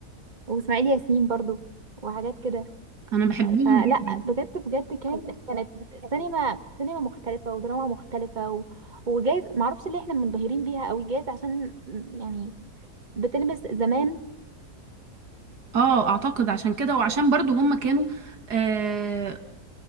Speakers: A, on the right (about 30°); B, on the right (about 80°).
A: واسماعيل ياسين برضه وحاجات كده
B: انا بحبهم
A: فلا
B: جدا
A: بجد بجد كان كانت سينما سينما مختلفه ودراما مختلفه و... وجايز معرفش ليه احنا منبهرين بيها قوي جايز عشان يعني بتلمس زمان
B: اه اعتقد عشان كده وعشان برضو هم كانوا آه